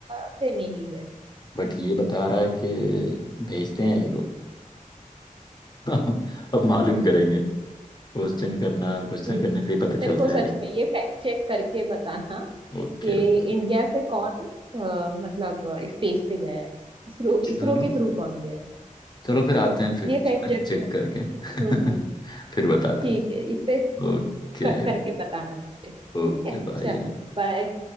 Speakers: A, on the right; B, on the left.
A: से नहीं गए
B: बट ये बता रहा है कि भेजते हैं ये लोग <laughs> अब मालूम करेंगे क्वेश्चन करना क्वेश्चन
A: प्लीज
B: करने से ही पता
A: मेरे
B: चलता
A: को सच
B: है अरे
A: में ये फैक्ट चेक करके बताना
B: ओके
A: कि
B: ओके
A: इंडिया से कौन अ, मतलब स्पेस पे गया है इसरो
B: चलो
A: इसरो के थ्रू कौन गया है
B: चलो फिर आते हैं फैक्ट
A: ये फैक्ट चेक
B: चेक
A: कर
B: करके
A: हम्म
B: <laughs> फिर बताते
A: ठीक है इस पे
B: हैं
A: क-
B: Okay
A: करके बताना मुझे ठीक
B: okay
A: है
B: bye
A: चलो बाय